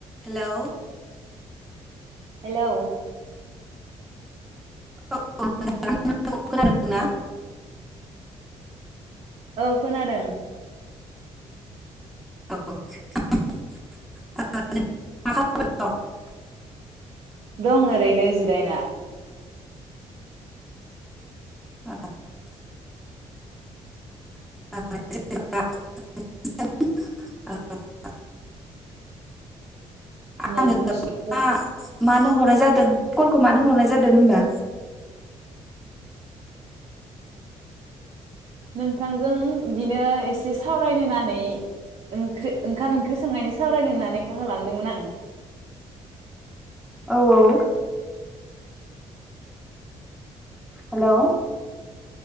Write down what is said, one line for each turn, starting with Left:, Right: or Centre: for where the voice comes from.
Centre: हेल'
Right: hello
Centre: औ नोंथांआ आंनि माथोखौ खोनादोंना?
Right: औ खोनादों।
Centre: <inaudible>
Right: <inaudible>
Centre: <unintelligible> <inaudible>
Right: नेट
Centre: आङो
Right: नि <inaudible>
Centre: मा मानो हरनाय जादों कलखौ मानो हरनाय जादों होनबा?
Right: नोंथांजों बिदिनो एसे सावरायनो होननानै ओंख्रि ओंखाम ओंख्रि संनायनि सावरायनो होननानै कल खालामदोंमोन आं।
Centre: औ औ हेल'